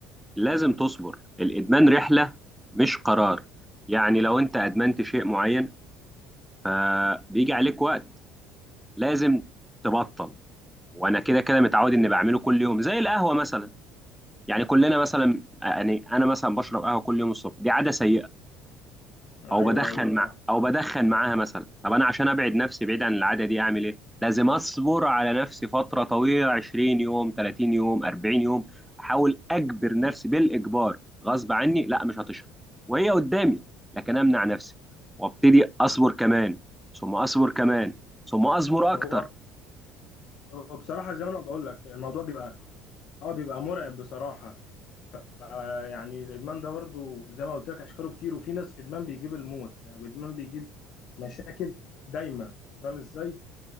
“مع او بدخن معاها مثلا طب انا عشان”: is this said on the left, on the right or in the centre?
Centre